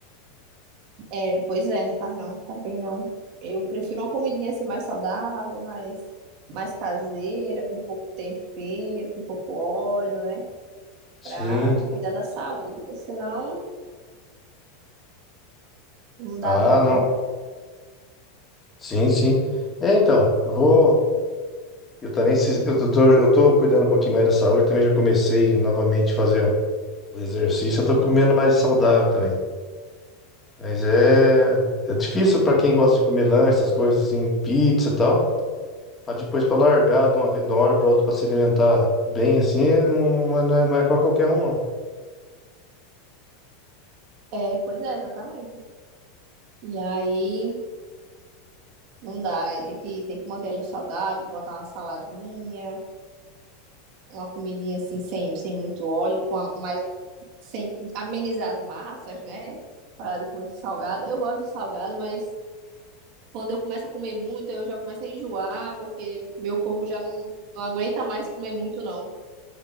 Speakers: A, on the right; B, on the left.
A: É, pois é, não faz não, faz bem não. Eu prefiro uma comidinha assim mais saudável, mais, mais caseira, com pouco tempero, com pouco óleo, né?
B: Sim.
A: Pra, pra cuidar da saúde, porque senão não dá
B: Ah,
A: bom,
B: não.
A: né?
B: Sim, sim. É, então, eu vou. Eu também, se- eu tô, eu tô cuidando um pouquinho mais da saúde, também já comecei novamente a fazer os exercícios, eu tô comendo mais saudável também. Mas é, é difícil pra quem gosta de comer lanche, essas coisas assim, pizza e tal. Pra depois pra largar de uma, ve- de uma hora pra outra pra se alimentar bem assim, não, não é, não é pra qualquer um, não.
A: É, pois é, exatamente. E aí não dá, é, tem que, tem que manter ali o saudável, botar uma saladinha, uma comidinha assim, sem, sem muito óleo, com a, mais, sem amenizar as massas, né? Parar de comer esse salgado. Eu gosto de salgado, mas quando eu começo a comer muito, eu já começo a enjoar, porque meu corpo já não, não aguenta mais comer muito, não.